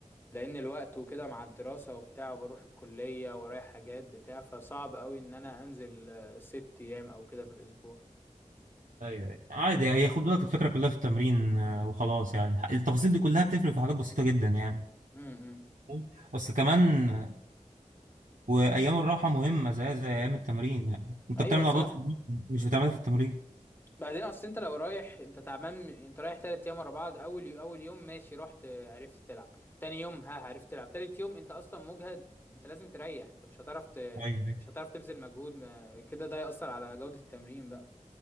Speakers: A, on the left; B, on the right.
A: لان الوقت وكده مع الدراسة وبتاع وبروح الكلية ورايا حاجات بتاع فصعب قوي ان انا انزل آه، ست ايام او كده في الاسبوع
B: ايوه ايوه عادي هي خد بالك الفكره كلها في التمرين آه، وخلاص يعني التفاصيل دي كلها بتفرق في حاجات بسيطه جدا يعني
A: امم
B: فاهم؟ اصل كمان آه، وايام الراحه مهمه زي زي ايام التمرين يعني انت
A: ايوه
B: بتعمل
A: صح
B: عضلات في البيت، مش بتعملها في التمرين
A: بعدين اصل انت لو رايح انت تعبان انت رايح تلات ايام ورا بعض اول يو... اول يوم ماشي رحت آه، عرفت تلعب تاني يوم ها عرفت تلعب تالت يوم انت اصلا مجهد انت لازم تريح انت مش هتعرف ت...
B: ايوه ايوه
A: مش هتعرف تبذل مجهود ما- كده ده يأثر على جودة التمرين بقى